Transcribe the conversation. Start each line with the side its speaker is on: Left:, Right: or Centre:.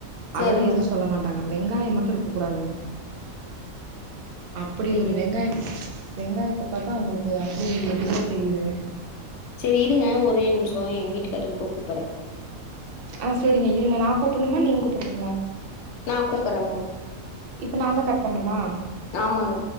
Left: சரிங்க.
Right: அதெல்லாம் எதுவு சொல்ல மாட்டாங்க வெங்காயோ மட்டு இருக்க கூடாதுங்க அப்புடி
Left: சரி.
Right: ஒரு வெங்காய வெங்காயத்த பாத்தா அவுங்களுக்கு அப்டி ஒரு எதிரியா தா தெரியுதுங்க
Left: செரி இருங்க ஒரே நிமிஷோ எங்க வீட்டுக்காரரு கூப்
Right: ஆ சேரிங்க இருங்க நா கூப்புடனுமா நீங்க நீங்க கூப்பட்றீங்களா
Left: நா கூப்பறேங்க
Right: இப்ப நா தா கட் பண்ணணுமா?
Left: ஆமாங்க